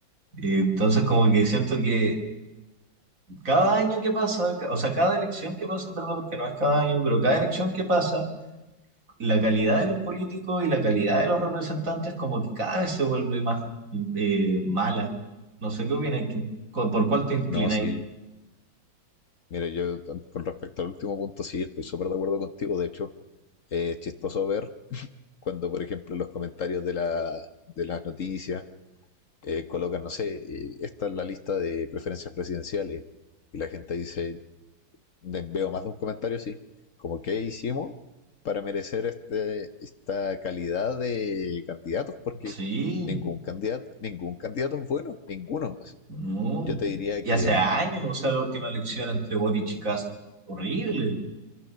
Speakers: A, on the right (about 40°); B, on the left (about 50°).
A: y entonces como que siento que cada año que pasa, ca- o sea, cada elección que pasa, en verdad, porque no es cada año, pero cada elección que pasa, la calidad de los políticos y la calidad de los representantes como que cada vez se vuelve más eh, mala. No sé qué opinas tú. ¿Cu- ¿Por cuál te inclináis?
B: No, sí, mira, yo con respecto al último punto, sí, estoy súper de acuerdo contigo. De hecho, Eh, es chistoso ver cuando, por ejemplo, los comentarios de, la, de las noticias eh, colocan, no sé, eh, esta es la lista de preferencias presidenciales y la gente dice, veo más de un comentario así, como qué hicimos para merecer este, esta calidad de candidatos, porque
A: Sí,
B: ningún candidato, ningún candidato es bueno, ninguno. así.
A: no.
B: Yo te diría
A: Y
B: que
A: hace años,
B: mm,
A: o sea, la última elección entre Boric y Kast, horrible.